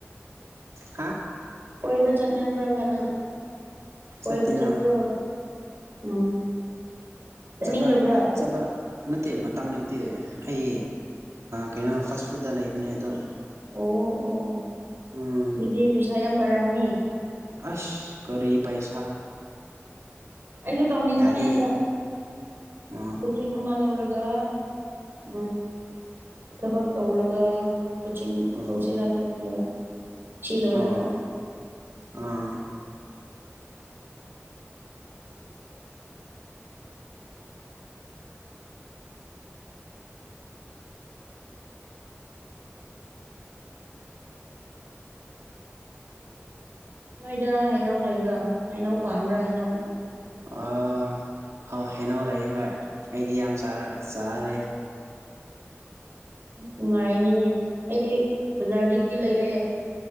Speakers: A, on the right; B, on the right.
A: ꯍꯥ
B: ꯀꯣꯏꯕ ꯆꯠ ꯉꯟꯕ꯭ꯔꯕꯅ ꯀꯣꯏ
A: ꯆꯠꯇꯦꯗ
B: ꯆꯠ ꯄꯔꯣ ꯎꯝ ꯆꯠꯅꯤꯡꯗꯕ꯭ꯔꯥ
A: ꯆꯕ ꯆꯠꯄ ꯅꯠꯇꯦ ꯃꯇꯝ ꯂꯩꯇꯦ ꯑꯩ ꯀꯩꯅꯣ ꯐꯥꯁ ꯐꯨꯗꯠꯇ ꯂꯩꯕꯅꯦ ꯑꯗꯣ
B: ꯑꯣ ꯑꯣ ꯑꯣ
A: ꯎꯝ
B: ꯑꯗꯨꯗꯤ ꯄꯩꯁꯥ ꯌꯥꯝ ꯄꯥꯏꯔꯝꯅꯤ
A: ꯑꯁ ꯀꯔꯤ ꯄꯩꯁꯥ
B: ꯑꯩꯁꯨ ꯇꯧꯅꯤꯡꯕꯅꯦ
A: ꯌꯥꯗꯦ
B: ꯍꯟꯗ
A: ꯑꯣ
B: ꯀꯣꯆꯤꯡ ꯑꯃ ꯂꯧꯔꯒ ꯎ ꯊꯕꯛ ꯇꯧꯔꯒ ꯀꯣꯆꯤꯡ
A: ꯑꯣ
B: ꯇꯧꯁꯤꯔꯥ ꯈꯟꯕꯅꯦꯕ ꯁꯤ ꯂꯣꯏꯔꯒ
A: ꯑꯣ ꯑꯥ
B: ꯅꯣꯏꯗ ꯍꯩꯅꯧ ꯂꯩꯕ꯭ꯔꯥ ꯍꯩꯅꯧ ꯄꯥꯟꯕ꯭ꯔꯥ ꯍꯩꯅꯧ
A: ꯑꯣ ꯍꯣꯏ ꯍꯩꯅꯧ ꯂꯩꯌꯦ ꯍꯣꯏ ꯑꯩꯗꯤ ꯌꯥꯝ ꯆꯈ ꯆꯥꯔꯦ
B: ꯅꯨꯡꯉꯥꯏꯔꯤꯅꯤꯅꯦ ꯑꯩꯗꯤ ꯕꯖꯥꯔꯗꯒꯤ ꯂꯩꯔꯦ